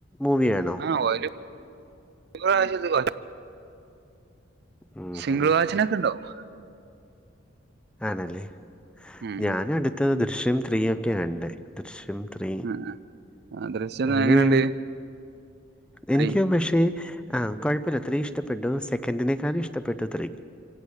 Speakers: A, in the centre; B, on the right.
A: മൂവിയാണോ.
B: ആ ഒരും <unintelligible> പ്രാവശ്യൊക്കെ.
A: ഉം
B: സിംഗിൾ
A: ഉം
B: വാച്ചിനൊക്കെ
A: ഉം
B: ഇണ്ടാവും.
A: ആണല്ലേ
B: ഉം
A: ഞാനടുത്ത് ദൃശ്യം ത്രീ ഒക്ക്യാകണ്ടേ. ദൃശ്യം ത്രീ
B: ഉം ആഹ് ദൃശ്യം
A: അങ്ങനെയ
B: എങ്ങനെയുണ്ട്
A: എനിക്കും
B: ത്രീ
A: പഷേ. ആഹ് കുഴപ്പമില്ല ത്രീ ഇഷ്ടപ്പെട്ടു. സെക്കൻറിനേക്കാളും ഇഷ്ടപ്പെട്ടു ത്രീ